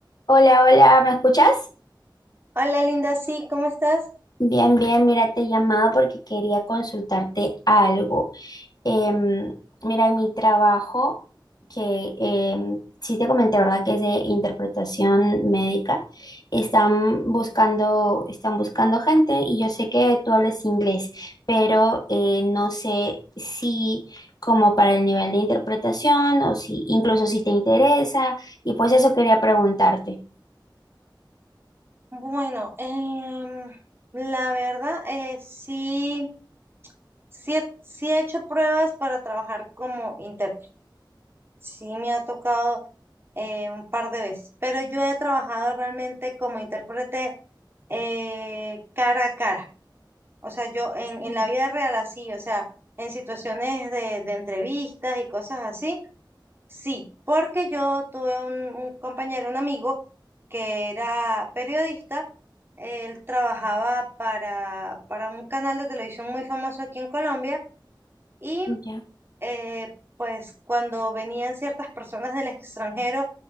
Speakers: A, on the left; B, on the right.
A: Hola, hola, ¿me escuchas?
B: Hola Linda, sí, ¿cómo estás?
A: Bien, bien, mira, te llamaba porque quería consultarte algo. Em, mira, en mi trabajo, que em, sí te comenté, ¿verdad? Que es de interpretación médica, están buscando, están buscando gente y yo sé que tú hablas inglés, pero eh, no sé si como para el nivel de interpretación o si incluso si te interesa y pues eso quería preguntarte.
B: Bueno, em, la verdad, eh, sí, sí, he sí he hecho pruebas para trabajar como intérprete. Sí me ha tocado eh, un par de veces, pero yo he trabajado realmente como intérprete eh, cara a cara. O sea, yo en,
A: Ujú.
B: en la vida real así, o sea, en situaciones de, de entrevistas y cosas así. Sí, porque yo tuve un, un compañero, un amigo, que era periodista. Él trabajaba para, para un canal de televisión muy famoso aquí en Colombia y
A: Ya.
B: eh, pues cuando venían ciertas personas del extranjero